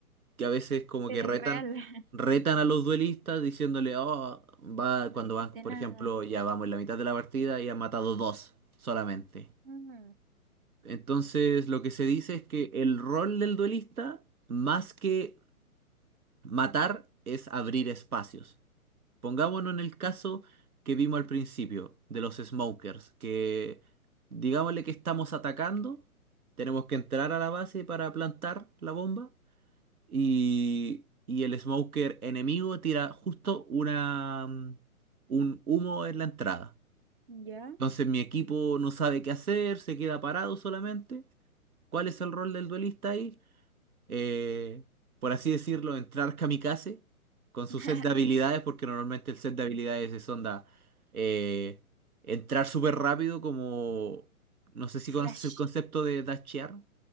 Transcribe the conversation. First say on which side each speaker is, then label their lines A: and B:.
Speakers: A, on the right; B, on the right.
A: que a veces como
B: El
A: que retan,
B: real. <laughs>
A: retan a los duelistas diciéndole, oh, va,
B: No
A: cuando
B: existe
A: van, por
B: nada.
A: ejemplo, ya vamos en la mitad de la partida y han matado dos solamente.
B: mm,
A: Entonces lo que se dice es que el rol del duelista, más que Matar es abrir espacios. Pongámonos en el caso que vimos al principio de los smokers, que digámosle que estamos atacando, tenemos que entrar a la base para plantar la bomba y, y el smoker enemigo tira justo una, mm, un humo en la entrada.
B: ya.
A: Entonces mi equipo no sabe qué hacer, se queda parado solamente. ¿Cuál es el rol del duelista ahí? eh, por así decirlo, entrar kamikaze con su
B: <laughs>
A: set de habilidades, porque normalmente el set de habilidades es onda eh, entrar súper rápido, como no sé si
B: Flash.
A: conoces el concepto de dashear.